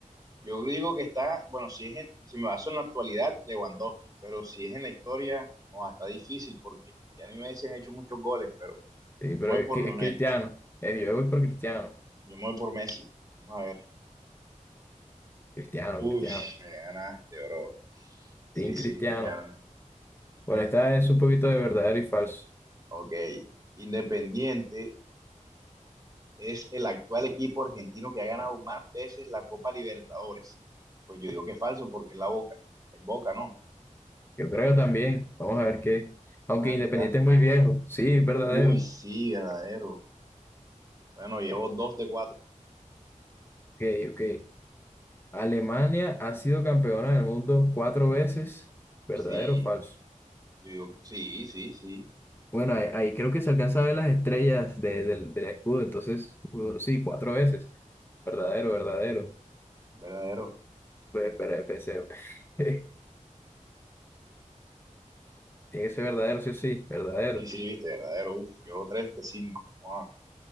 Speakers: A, on the right (about 25°); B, on the left (about 15°).
A: Yo digo que está, bueno, si es en- si me baso en la actualidad, Lewandowski, pero si es en la historia, o está difícil porque Cristiano y Messi han hecho muchos goles, pero
B: Sí,
A: yo
B: pero
A: me
B: es,
A: voy por
B: que-
A: Lionel,
B: es Cristiano. Eh, yo voy por Cristiano.
A: yo me voy por Messi. Vamos a ver.
B: Cristiano,
A: Uy,
B: Cristiano.
A: me ganaste, bro. Sí,
B: Team
A: sí,
B: Cristiano.
A: Cristiano.
B: Bueno, esta es un poquito de verdadero y falso.
A: Ok. Independiente es el actual equipo argentino que ha ganado más veces la Copa Libertadores. Pues yo digo que es falso porque es la Boca. Es Boca, ¿no?
B: Yo creo que también. Vamos a ver qué.
A: Vamos
B: Aunque
A: a ver
B: Independiente
A: qué tal.
B: es muy viejo. Sí, es verdadero.
A: Uy, sí, verdadero. Bueno, llevo dos de cuatro.
B: Ok, ok. Alemania ha sido campeona del mundo cuatro veces. ¿Verdadero
A: Sí,
B: o falso?
A: yo digo, sí, sí, sí,
B: Bueno, ahí, ahí creo que se alcanza a ver las estrellas de- del, del escudo. Entonces, uno- sí, cuatro veces. Verdadero, verdadero.
A: verdadero.
B: Pues, espera, pensé. <laughs> Tiene que ser verdadero, sí o sí. Verdadero.
A: Sí, sí, viste, verdadero. Uf, llevo tres de cinco. Ah,